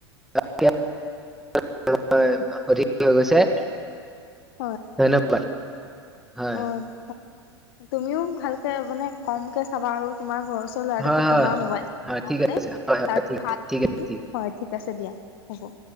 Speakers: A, in the centre; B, on the left (about 55°).
A: <unintelligible> <unintelligible> অধিক হৈ গৈছে,
B: হয়
A: ধন্যবাদ। হয়
B: অ', হ তুমিও ভালকে মানে, কমকে চাবা আৰু তোমাৰ ঘৰছ <unintelligible> ল'ৰাটোকো
A: হয় হয়
B: কবা মোবাইল <unintelligible>
A: হয়
B: ভাল
A: ঠিক আছে হয় হয় ঠিক আছে ঠিক আছে ঠিক আছে।
B: হয়। ঠিক আছে দিয়া হ'ব।